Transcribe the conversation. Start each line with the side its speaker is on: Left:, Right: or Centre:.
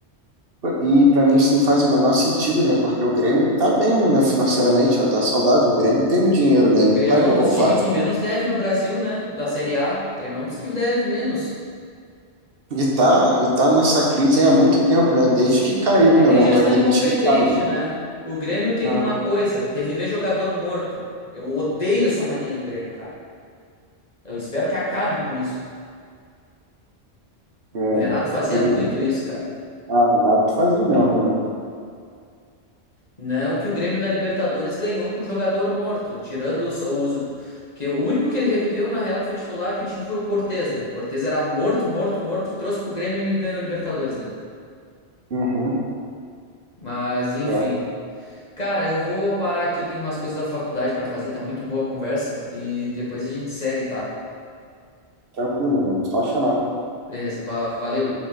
Right: e pra mim isso não faz o menor sentido, né? Porque o Grêmio tá bem, né, financeiramente, né? Tá saudável. O Grêmio tem um dinheiro, né? Ele
Left: O Grêmio
Right: não tá igual
Left: é um dos
Right: o Vasco.
Left: times que menos deve no Brasil, né? Da Série A. O Grêmio é um dos que deve menos.
Right: E tá, e tá nessa crise aí há muito tempo, né? Desde que caiu,
Left: É
Right: né?
Left: que
Right: Montou
Left: é gestão
Right: aquele
Left: é incompetente,
Right: time e caiu,
Left: né? O Grêmio tem
Right: né?
Left: uma coisa: reviver jogador morto. Eu odeio essa mania do Grêmio, cara. Eu espero que acabe com isso.
Right: É,
Left: O Renato fazia
Right: evidente-
Left: muito isso, cara.
Right: ah, Renato fazia mesmo, né?
Left: Não que o Grêmio da Libertadores ganhou com jogador morto, tirando só os. Porque o único que ele reviveu, na real, que foi titular aquele time foi o Cortez, né? Cortez era morto, morto, morto, e trouxe pro Grêmio e ganhou a Libertadores, né?
Right: Uhum,
Left: Mas, enfim.
Right: é,
Left: Cara, eu vou parar aqui, eu tenho umas coisas da faculdade pra fazer, tá muito boa a conversa e depois a gente segue, tá?
Right: tranquilo, irmão. Só chamar.
Left: Beleza, va- valeu.